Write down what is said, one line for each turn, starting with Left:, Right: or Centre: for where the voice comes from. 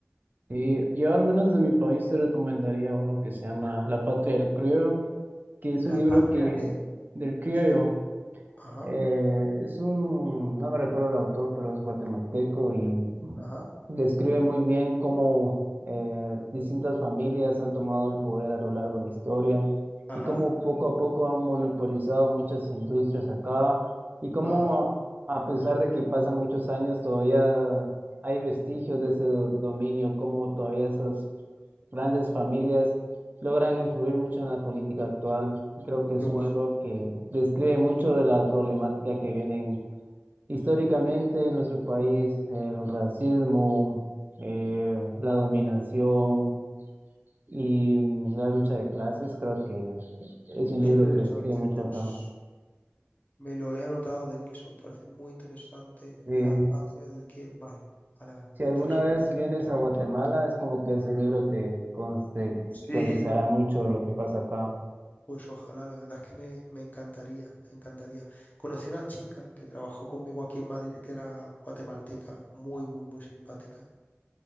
Right: Y yo al menos de mi país te recomendaría uno que se llama La Patria del Criollo, que es un
Left: La
Right: libro
Left: patria
Right: que
Left: de,
Right: del criollo,
Left: dime. Ajá,
Right: Eh, es un, no me recuerdo el autor, pero es guatemalteco y
Left: ajá,
Right: describe muy bien cómo eh, distintas familias han tomado el poder a lo largo de la historia
Left: ajá,
Right: y cómo poco a poco han monopolizado muchas industrias acá y cómo
Left: ajá.
Right: a, a pesar de que pasan muchos años todavía hay vestigios de ese do- dominio, cómo todavía esas grandes familias logran influir mucho en la política actual. Creo que es
Left: Qué guay,
Right: un libro que describe mucho de la problemática que vienen históricamente en nuestro país, el racismo, eh, la dominación y mm, la lucha de clases. Creo que es un
Left: qué
Right: libro
Left: interesante.
Right: que describe mucho
Left: Pues
Right: acá.
Left: me lo he anotado de Nilsson, parece muy interesante.
Right: Eh,
Left: La patria del Kier, vale, vale, vale,
Right: si
Left: muy
Right: alguna
Left: interesante.
Right: vez vienes a Guatemala, es como que ese libro te contextualizará
Left: Sí, pues,
Right: mucho lo que pasa acá.
Left: pues ojalá, la verdad es que me, me encantaría, me encantaría. Conocí una chica que trabajó conmigo aquí en Madrid, que era guatemalteca, muy, muy, muy simpática.